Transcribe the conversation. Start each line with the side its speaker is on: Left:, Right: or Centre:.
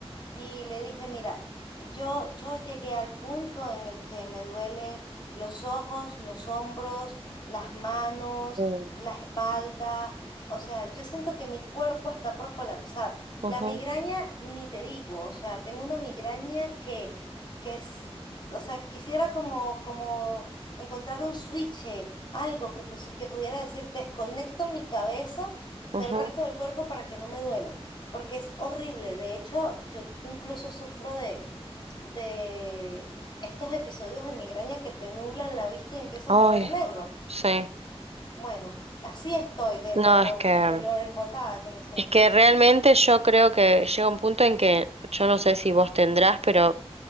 Left: y le dije, mira, yo, yo llegué al punto en el que me duelen los ojos, los hombros, las manos,
Right: mm,
Left: la espalda, o sea, yo siento que mi cuerpo está por colapsar.
Right: ujú,
Left: La migraña, ni te digo, o sea, tengo una migraña que, que es, o sea, quisiera como, como encontrar un switch, eh, algo que, pus- que pudiera decir, desconecto mi cabeza del
Right: ujú.
Left: resto del cuerpo para que no me duela porque es horrible. De hecho, yo incluso sufro de, de estos episodios de migraña que te nublan la vista y empiezas
Right: Ay,
Left: a ver negro.
Right: sí.
Left: Bueno, así estoy de,
Right: No,
Left: de lo,
Right: es que
Left: de lo embotada que me siento.
Right: es que realmente yo creo que llega un punto en que yo no sé si vos tendrás, pero